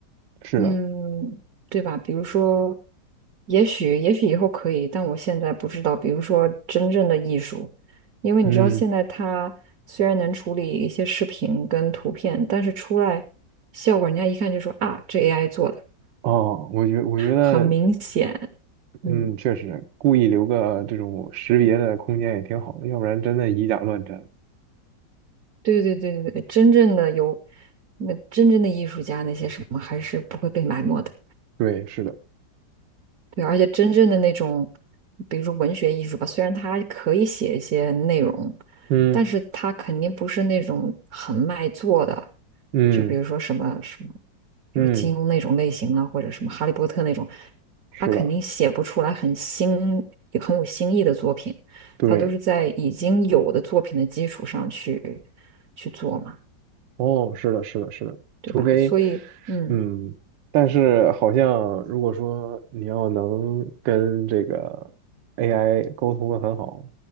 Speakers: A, on the right (about 75°); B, on the right (about 60°).
A: 是的，
B: 嗯，对吧？比如说，也许也许以后可以，但我现在不知道。比如说，真正的艺术，因为你知道，
A: 嗯
B: 现在它虽然能处理一些视频跟图片，但是出来效果，人家一看就说啊，这 AI 做的，
A: 哦，我觉我觉得
B: 很明显。嗯，
A: 嗯，确实故意留个这种识别的空间也挺好的，要不然真的以假乱真。
B: 对对对对对，真正的有那真正的艺术家那些什么，还是不会被埋没的。
A: 对，是的。
B: 对，而且真正的那种，比如说文学艺术吧，虽然它可以写一些内容，
A: 嗯
B: 但是它肯定不是那种很卖座的，
A: 嗯
B: 就比如说什么什么，比如说金庸那种类型啊，
A: 嗯，
B: 或者什么哈利波特那种，
A: 是的，
B: 他肯定写不出来很新、有很有新意的作品，
A: 对，
B: 他都是在已经有的作品的基础上去去做嘛，
A: 哦，是的，是的，是的，
B: 对吧？
A: 除非，
B: 所以，嗯
A: 嗯，但是好像如果说你要能跟这个 AI 沟通的很好，